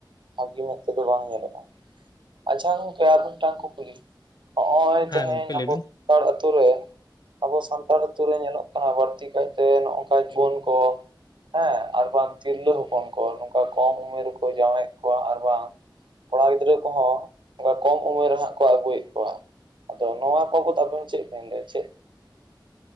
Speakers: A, on the right (about 80°); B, on the left (about 55°).
A: ᱵᱷᱟᱹᱜᱤ ᱢᱮᱫ ᱛᱮᱫᱚ, ᱵᱟᱝ ᱧᱮᱞᱚᱜᱼᱟ ᱾ ᱟᱪᱪᱷᱟ! ᱜᱚᱢᱠᱮ, ᱟᱨ ᱢᱤᱫᱴᱟᱝ ᱠᱩᱠᱞᱤ? ᱦᱚ-ᱚᱭ
B: ᱦᱮᱸ
A: ᱛᱮᱦᱮᱧ
B: ᱜᱚᱝᱠᱮ ᱞᱟᱹᱭ
A: ᱟᱵᱚ
B: ᱵᱤᱱ
A: <inaudible> ᱟᱛᱩ ᱨᱮ, ᱟᱵᱚ ᱥᱟᱱᱛᱟᱲ ᱟᱛᱩ ᱨᱮ ᱧᱮᱞᱚᱜ ᱠᱟᱱᱟ ᱵᱟᱹᱲᱛᱤ ᱠᱟᱭᱛᱮ ᱱᱚᱝᱠᱟ ᱡᱩᱣᱟᱹᱱ ᱠᱚ, ᱦᱮᱸ ᱟᱨ ᱵᱟᱝ ᱛᱤᱨᱞᱟᱹ ᱦᱚᱯᱚᱱ ᱠᱚ ᱱᱚᱝᱠᱟ ᱠᱚᱢ ᱩᱢᱮᱨ ᱨᱮᱠᱚ ᱡᱟᱶᱟᱭᱮᱫ ᱠᱚᱣᱟ ᱟᱨ ᱵᱟᱝ ᱠᱚᱲᱟ ᱜᱤᱫᱽᱨᱟᱹ ᱠᱚᱦᱚᱸ ᱚᱱᱠᱟ ᱠᱚᱢ ᱩᱢᱮᱨ ᱨᱮ ᱦᱟᱸᱜ ᱠᱚ ᱟᱹᱜᱩᱭᱮᱫ ᱠᱚᱣᱟ ᱟᱫᱚ ᱱᱚᱣᱟ ᱵᱟᱵᱚᱛ ᱟᱵᱮᱱ ᱪᱮᱫ ᱵᱮᱱ ᱞᱟᱹᱭ ᱪᱮᱫ